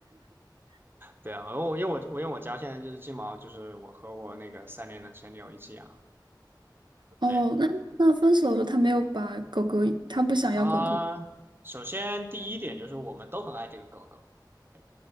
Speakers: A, on the right (about 30°); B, on the right (about 75°).
A: 对啊，我因为我我因为我家现在就是金毛，就是我和我那个三年的前女友一起养。
B: 哦，
A: 对
B: 那那分手的时候他没有把狗狗，他不想要狗狗
A: 啊，首先第一点就是我们都很爱这个狗狗。对。